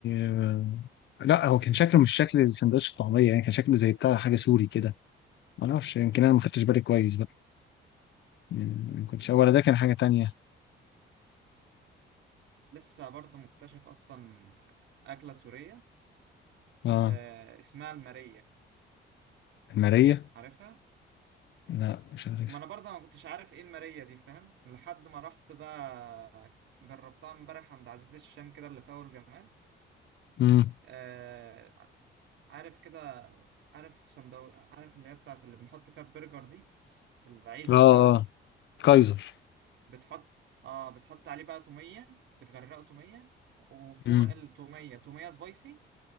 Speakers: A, on the left; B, on the right.
A: آه، لا هو كان شكله مش شكل سندوتش الطعميه يعني كان شكله زي بتاع حاجه سوري كده ما اعرفش يمكن انا ما خدتش بالي كويس بقى يعني ما كنتش ولا ده كان حاجه تانية
B: لسه برضه مكتشف اصلا اكله سوريه
A: اه
B: آه اسمها الماريه
A: ماريه
B: عارفها
A: لا مش عارف
B: ما انا برضه ما كنتش عارف ايه الماريه دي فاهم لحد ما رحت بقى جربتها امبارح عند عزيز الشام كده اللي في اول جمال
A: امم
B: آه عارف كده عارف صندوق عارف اللي هي بتاعت اللي بنحط فيها البرجر دي العيش
A: اه
B: بتاعه
A: اه كايزر
B: بتحط اه بتحط عليه بقى توميه بتغرقه توميه وفوق
A: امم
B: التوميه توميه سبايسي